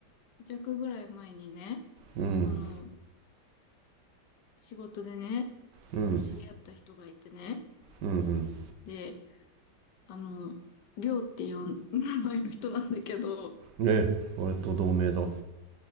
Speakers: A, on the left; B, on the right.
A: 弱ぐらい前にね、
B: うん
A: あの、仕事でね、
B: うん
A: 知り合った人がいてね、
B: うん
A: で、あの、りょうっていう名前の人なんだけど、
B: うんえ俺と同盟だ